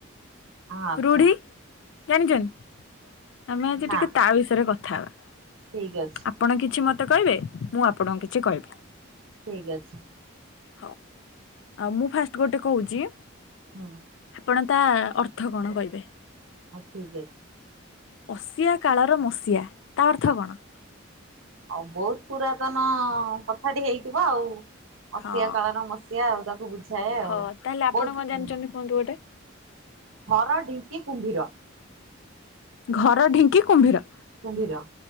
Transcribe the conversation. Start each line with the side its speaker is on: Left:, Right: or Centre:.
Right: ହଁ ଆଛା।
Left: ରୁଢି ଜାଣିଛନ୍ତି ଆମେ ଆଜି
Right: ନା
Left: ଟିକେ ତା ବିଷୟରେ କଥା ହେବା।
Right: ଠିକ ଅଛି
Left: ଆପଣ କିଛି ମତେ କହିବେ ମୁଁ ଆପଣଙ୍କୁ କିଛି କହିବି।
Right: ଠିକ୍ ଅଛି।
Left: ହଉ ମୁଁ ଫାଷ୍ଟ ଗୋଟେ କହୁଛି?
Right: ହୁଁ।
Left: କଣ ତା ଅର୍ଥ କଣ କହିବେ?
Right: ହଉ ଠିକ ଅଛି।
Left: ଅସିିଆ କାଳର ମସିଆ ତା ଅର୍ଥ କଣ?
Right: ଆଉ ବହୁତ ପୁରାତନ କଥାଟି ହେଇଥିବ ଆଉ? ମସିଆ
Left: ହଁ
Right: କାଳର ମସିହା ଆଉ ତାକୁ ବୁଝାଏ
Left: ହଁ
Right: ଆଉ
Left: ତାହେଲେ ଆପଣ
Right: ବହୁତ
Left: କଣ
Right: ପୁରୁଣା।
Left: ଜାଣିଛନ୍ତି କୁହନ୍ତୁ ଗୋଟେ?
Right: ଘର ଢିଙ୍କି କୁମ୍ଭୀର।
Left: ଘର ଢିଙ୍କି କୁମ୍ଭୀର।
Right: କୁମ୍ଭୀର।